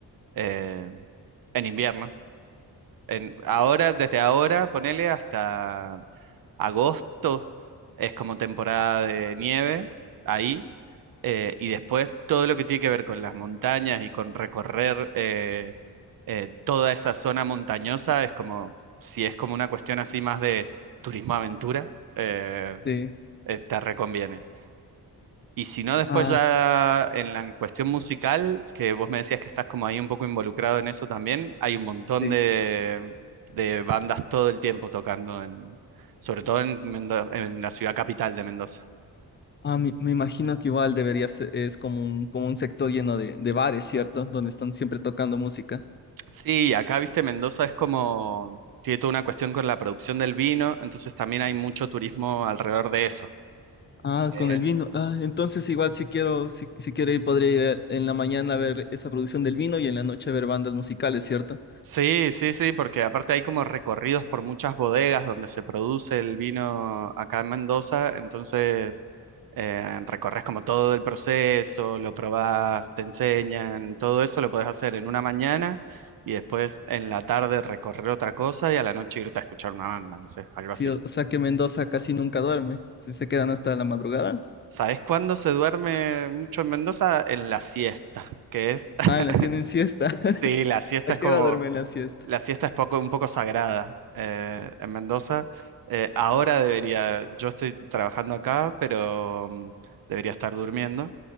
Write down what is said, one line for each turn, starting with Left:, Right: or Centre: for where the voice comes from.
Right: eh, en invierno. En, ahora, desde ahora, ponele hasta agosto, es como temporada de nieve ahí Eh, y después todo lo que tiene que ver con las montañas y con recorrer eh, eh, toda esa zona montañosa es como, si es como una cuestión así más de turismo aventura, eh,
Left: Sí.
Right: eh, te reconviene. Y si no, después
Left: Ah,
Right: ya en la cuestión musical, que vos me decías que estás como ahí un poco involucrado en eso también, hay un montón
Left: sí.
Right: de, de bandas todo el tiempo tocando en, sobre todo en Mendo- en la ciudad capital de Mendoza.
Left: Ah, me, me imagino que igual debería ser, es como un, como un sector lleno de, de bares, ¿cierto? Donde están siempre tocando música.
Right: Sí, acá, viste, Mendoza es como, tiene toda una cuestión con la producción del vino, entonces también hay mucho turismo alrededor de eso.
Left: Ah,
Right: Eh,
Left: con el vino. Ah, entonces igual si quiero, si, si quiero ir, podría ir en la mañana a ver esa producción del vino y en la noche a ver bandas musicales, ¿cierto?
Right: sí, sí, sí, porque aparte hay como recorridos por muchas bodegas donde se produce el vino acá en Mendoza, entonces eh, recorres como todo el proceso, lo probás, te enseñan, todo eso lo podés hacer en una mañana y después en la tarde recorrer otra cosa y a la noche irte a escuchar una banda, no sé, algo
Left: Sí,
Right: así.
Left: o, o sea que Mendoza casi nunca duerme. Sí, se quedan hasta la madrugada.
Right: ¿Sabes cuándo se duerme mucho en Mendoza? En la siesta, que es,
Left: Ah, la tienen siesta.
Right: <laughs>
Left: <laughs>
Right: sí, la siesta
Left: ¿A
Right: es
Left: qué
Right: como,
Left: hora duermen la siesta?
Right: la siesta es poco, un poco sagrada eh, en Mendoza. Eh, ahora debería, yo estoy trabajando acá, pero mm, debería estar durmiendo.